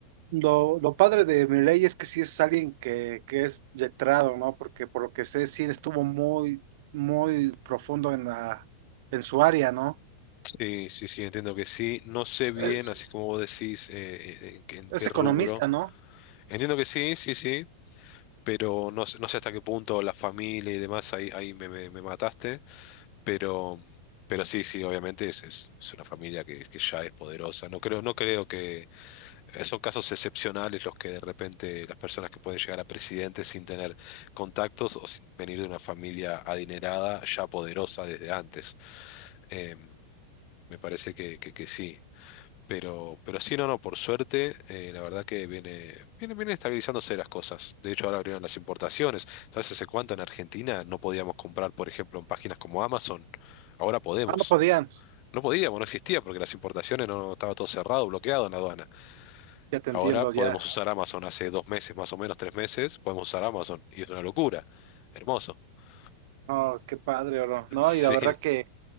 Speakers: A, on the right; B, on the left.
A: Lo, lo padre de Milei es que sí es alguien que, que es letrado, ¿no? Porque por lo que sé, sí estuvo muy, muy profundo en la, en su área, ¿no?
B: Sí, sí, sí, entiendo que sí. No sé bien,
A: Es,
B: así
A: Sí.
B: como vos decís, eh, eh, en, qué en qué
A: es
B: rubro.
A: economista, ¿no?
B: Entiendo que sí, sí, sí, pero no, sé no sé hasta qué punto la familia y demás, ahí, ahí me, me- me mataste. Pero, pero sí, sí, obviamente es, es, es una familia que, que ya es poderosa. No creo, no creo que eh, son casos excepcionales los que de repente las personas que pueden llegar a presidente sin tener contactos o sin venir de una familia adinerada ya poderosa desde antes. Em, me parece que, que, que sí. Pero, pero sí, no, no, por suerte, eh, la verdad que viene, viene, viene estabilizándose las cosas. De hecho, ahora abrieron las importaciones. ¿Sabes hace cuánto en Argentina no podíamos comprar, por ejemplo, en páginas como Amazon? Ahora podemos.
A: Ah, no podían.
B: No podíamos, no existía, porque las importaciones no estaba todo cerrado, bloqueado en la aduana.
A: Ya te
B: Ahora
A: entiendo,
B: podemos
A: ya.
B: usar Amazon. Hace dos meses, más o menos, tres meses, podemos usar Amazon. Y es una locura. Hermoso. <laughs>
A: Oh, qué padre, oro.
B: Sí,
A: No, y la verdad que